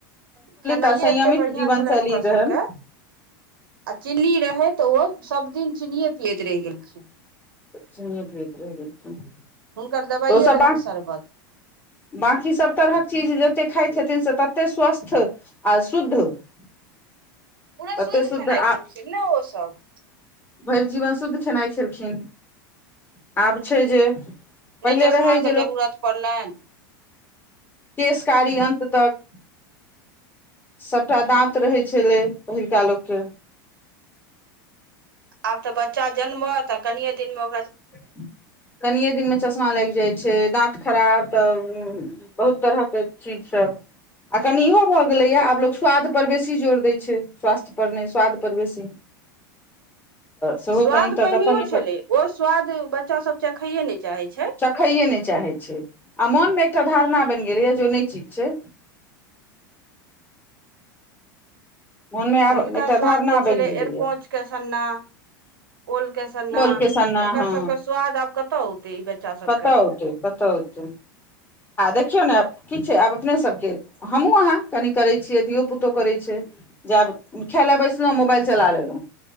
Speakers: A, on the right; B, on the left.
A: खेनाइए
B: आ संयमित
A: एते बढ़िआँ
B: जीवन
A: छलनि
B: शैली
A: हुनकर
B: रहनि
A: सभके आ चीनी रहै तऽ ओ। सबदिन चिनिये पियैत रे गेल छै। <unintelligible>
B: सुय भीत रह छै। <unintelligible>
A: हुनकर दबाइए
B: ओ सब
A: रहनि
B: ब
A: शरबत
B: बकी- सभ तरहक चीज जेक। खाइ छथिन से तते स्वस्थ आ शुद्ध। <unintelligible>
A: पूरा
B: तते
A: शुद्ध खेनाइ
B: आ
A: खेलख ने ओसभ। <unintelligible>
B: भरि जीवन शुद्ध खेनाइ खेलखिन <unintelligible> आब छै जे। <unintelligible>
A: नहि चश्मा
B: रहै जे
A: के जरूरत पड़ले।
B: केशकारी अन्त तक सभटा दाँत रहै छलै, पहिलका लोक के।
A: आब तऽ बच्चा जनमह त कनिये दिन मे
B: <unintelligible> कने दिनमे चश्मा लागि जाइ छै दाँत। खराब तऽ बहुत तरहके चीजसभ आ कनि इहो भऽ गेलैए आब लोक स्वादपर बेसी जोर दै छै स्वास्थ्य पर नहि स्वादपर बेसी। <unintelligible> सेहो
A: स्वाद
B: कनि तऽ
A: पहिनो
B: कतहु ने
A: छलै ओ स्वाद। <unintelligible> बच्चा सब चखाइे नहि चाहैत छै
B: सखैए नहि चाहै छै। आ मोन मे एकटा धारणा बनि गेलैएा जेो नहि ठीक छै। मोनमे आब
A: पहिलुका
B: एकटा
A: स्वाद
B: धारणा
A: जे
B: बनि
A: छलै,
B: गेलैए
A: अरकोँचके सन्ना ओल के सन्ना,
B: घोल के सन्ना
A: एकर
B: हँ
A: सभके स्वाद आब कतऽ औते ई बच्चा सबके।
B: कतऽ औतै कतऽ औतै आ देखियौ ने की छै आब अपने सबके हमहुूँ अहाँ कनि करै छियै, धियो पुतो करै छै, जे आब खाय लए बैसलहुँ मोबाइल चला लेलहुँ,